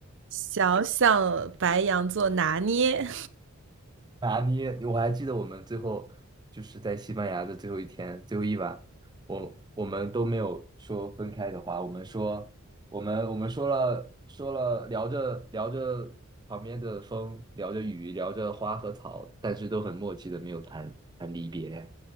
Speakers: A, on the right; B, on the right.
A: 小小白羊座拿捏，
B: 拿捏，我还记得我们最后就是在西班牙的最后一天，最后一晚，我我们都没有说分开的话，我们说我们我们说了说了聊着聊着旁边的风，聊着雨，聊着花和草，但是都很默契的没有谈谈离别。